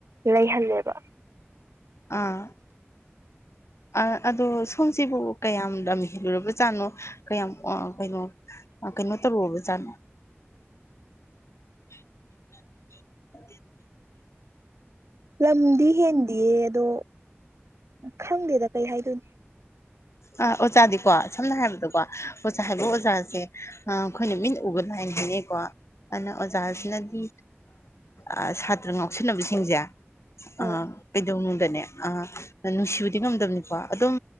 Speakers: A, on the right (about 90°); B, on the left (about 80°).
A: ꯂꯩꯍꯜꯂꯦꯕ
B: ꯑꯥ ꯑ ꯑꯗꯣ ꯁꯣꯝꯁꯤꯕꯨ ꯀꯌꯥꯝ ꯂꯝ ꯍꯦꯜꯂꯨꯔꯕꯖꯥꯠꯅꯣ ꯀꯌꯥꯝ ꯑ ꯀꯩꯅꯣ ꯀꯩꯅꯣ ꯇꯧꯔꯨꯔꯕꯖꯥꯠꯅꯣ <inaudible>
A: ꯂꯝꯗꯤ ꯍꯦꯟꯗꯤꯌꯦ ꯑꯗꯣ ꯈꯪꯗꯦꯗ ꯀꯩ ꯍꯥꯏꯗꯣꯏꯅꯣ
B: ꯑꯥ ꯑꯣꯖꯥꯗꯤꯀꯣ ꯁꯝꯅ ꯍꯥꯏꯔꯕꯗꯀꯣ ꯑꯣꯖꯥ ꯍꯥꯏꯕ ꯑꯣꯖꯥꯁꯦ ꯑꯥ ꯑꯩꯈꯣꯏꯅ ꯃꯤꯠꯅ ꯎꯕ ꯂꯥꯏꯅꯦ ꯍꯥꯏꯅꯩꯀꯣ ꯑꯗꯨꯅ ꯑꯣꯖꯥꯁꯤꯅꯗꯤ ꯑ ꯁꯥꯇ꯭ꯔ ꯉꯥꯎ ꯁꯟꯅꯕꯁꯤꯡꯁꯦ ꯑꯥ
A: ꯎꯝ
B: ꯀꯩꯗꯧꯅꯨꯡꯗꯅꯦ ꯑꯥ ꯅꯨꯡꯁꯤꯕꯗꯤ ꯉꯝꯗꯕꯅꯤꯀꯣ ꯑꯗꯨꯝ